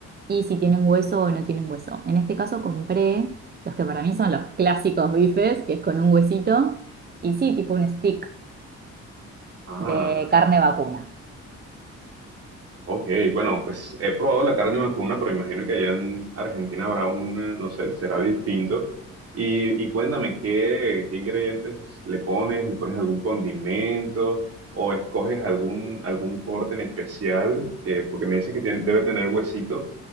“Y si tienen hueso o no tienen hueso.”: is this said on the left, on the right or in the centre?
Right